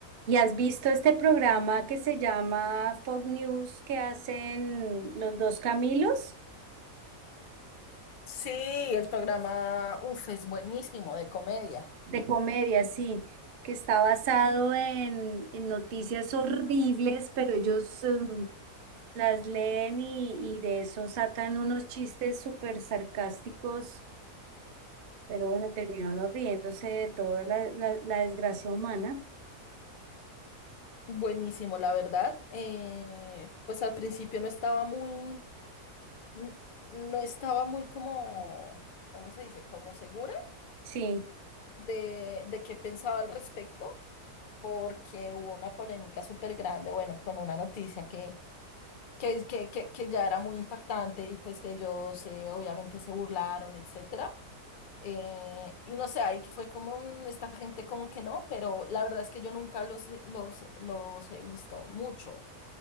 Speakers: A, on the right; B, on the left.
A: ¿Y has visto este programa que se llama Fox News que hacen los dos Camilos?
B: Sí, el programa, uf, es buenísimo, de comedia.
A: De comedia, sí, que está basado en, en noticias horribles, pero ellos em, las leen y, y de eso sacan unos chistes súper sarcásticos, pero bueno, terminaron riéndose de toda la, la, la desgracia humana.
B: Buenísimo, la verdad. Eh, pues al principio no estaba muy, n- no estaba muy como, ¿cómo se dice? Como segura
A: Sí,
B: de, de qué pensaba al respecto, porque hubo una polémica súper grande, bueno, con una noticia que, que, que, que, que ya era muy impactante y pues que ellos eh, obviamente se burlaron, etcétera. Eh, y no sé, ahí fue como "Mm, esta gente como que no, pero la verdad es que yo nunca los, he- los, los he visto mucho.